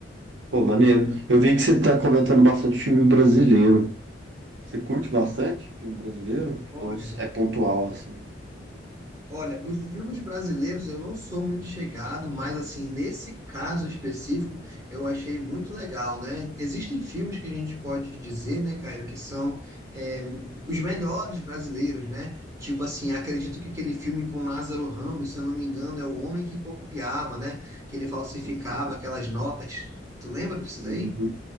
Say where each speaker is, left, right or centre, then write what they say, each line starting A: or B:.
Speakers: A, on the right; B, on the right.
A: Pô, maneiro. Eu vi que você tá comentando bastante filme brasileiro. Você curte bastante filme brasileiro?
B: Olha,
A: Ou é pontual, assim?
B: Olha, os filmes brasileiros eu não sou muito chegado, mas assim, nesse caso específico, eu achei muito legal, né? Existem filmes que a gente pode dizer, né, Caio, que são é, os melhores brasileiros, né? Tipo assim, acredito que aquele filme com Lázaro Ramos, se eu não me engano, é o homem que copiava, né? Que ele falsificava
A: Sim, sim, sim.
B: aquelas notas. Tu lembra disso
A: Uhum.
B: daí?